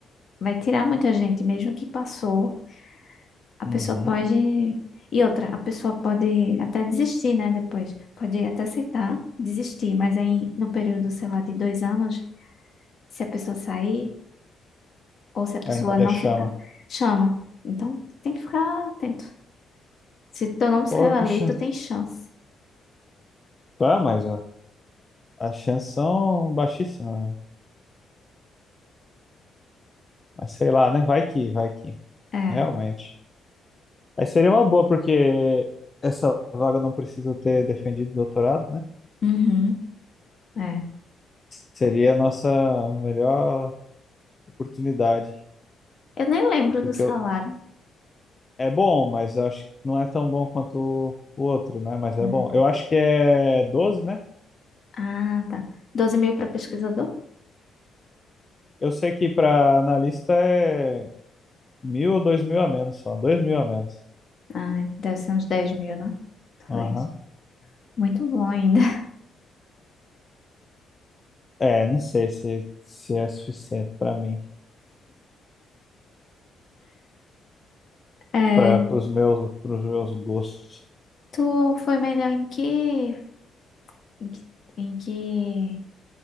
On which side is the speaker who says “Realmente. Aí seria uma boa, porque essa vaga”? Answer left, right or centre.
Left